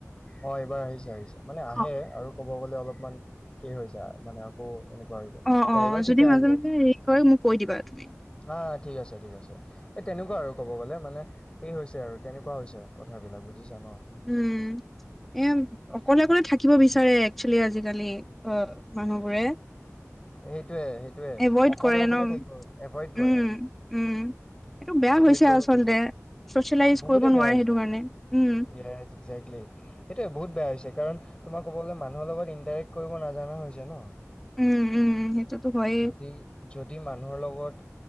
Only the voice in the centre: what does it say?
অ
অ', অ',
যদি
মাজে-মাজে
হেৰি কৰে মোক কৈ দিবা তুমি।
উম, এ অকলে-অকলে থাকিব বিচাৰে। একচলি আজিকালি অ, মানুহবোৰে
এভইড
কৰে ন
উম, উম, এইটো বেয়া
হৈছে
আচলতে।
চচিয়েলাইজ
কৰিব
নোৱাৰে
সেইটো কাৰণে। উম,
উম, উম, সেইটোতো হয়েই।